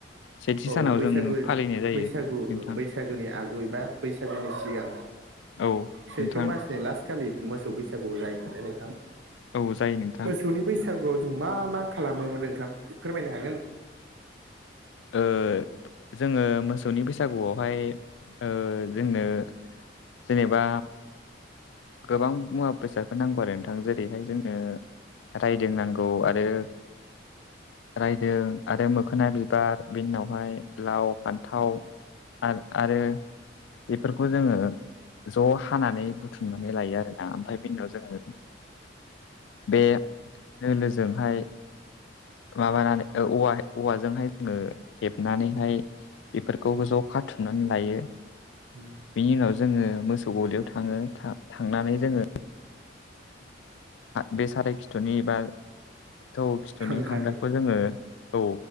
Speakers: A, on the left (about 80°); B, on the right (about 80°).
A: सेथि
B: औ
A: सानाव
B: बैसागु
A: जों फालिनाय जायो
B: बैसागु
A: नोंथां।
B: ओ बैसागुनि आगु एबा बैसागुनि सिगां
A: औ
B: सैथ्र'
A: नोंथां
B: मार्चनि लास्ट खालि मोसौ बैसागु जायो होननानै नोंथां
A: औ जायो नोंथां
B: मोसौनि बैसागु बैसागुआव जों मा मा खालामोमोन नोंथां फोरमायनो हागोन?
A: ओ जोङो मोसौनि बैसागुआवहाय ओ जोंनो जेनेबा गोबां मुवा बेसादफोर नांगौ आरो नोंथां जेरैहाय जोंनो रायदों नांगौ आरो रायदों आरो मोखोना बिबार बिनि उनावहाय लाव फान्थाव आरो आरो बेफोरखौ जोङो ज' हानानै बु थुमनानै लायो आरोना ओमफ्राय बिनि उनाव जोङो बे दोलोजोंहाय माबानानै औ औवाजोंहाय जोङो हेबनानैहाय बेफोरखौबो ज' खाथुमनानै लायो।
B: उम।
A: बिनि उनाव जोङो मोसौ गलियाव थाङो थांनानै जोङो। बे साराय खिथुनि बा थौ खिथुनि
B: हांगार
A: हांगारखौ जोङो औ